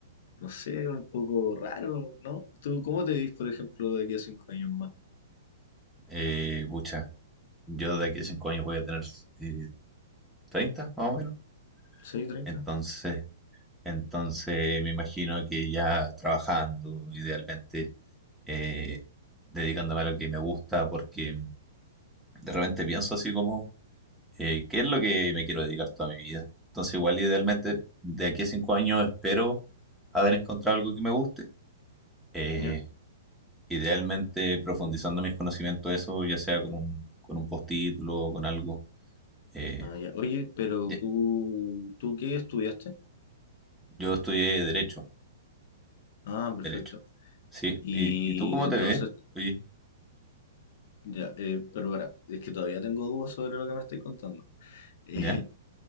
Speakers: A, on the left; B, in the centre.
A: no sé, un poco raro, ¿no? ¿Tú cómo te ves, por ejemplo, de aquí a cinco años más?
B: Eh, pucha, yo de aquí a cinco años voy a tener eh, 30, más o menos.
A: seis 30?
B: Entonces, entonces me imagino que ya trabajando, idealmente, eh, dedicándome a lo que me gusta, porque de repente pienso así como, eh, ¿qué es lo que me quiero dedicar toda mi vida? Entonces, igual idealmente, de aquí a cinco años espero haber encontrado algo que me guste. Eh,
A: ¿Ya?
B: idealmente profundizando mis conocimientos, eso, ya sea con un, con un postítulo o con algo Eh,
A: Ah, ya. Oye, pero
B: ya.
A: tú, ¿tú qué estudiaste?
B: Yo estudié Derecho,
A: Ah, perfecto.
B: Derecho. Sí,
A: Y
B: ¿y, y tú cómo
A: entonces
B: te ves? Oye,
A: Ya, eh, pero ahora, es que todavía tengo dudas sobre lo que me estoy contando. <laughs> Eh,
B: ¿ya?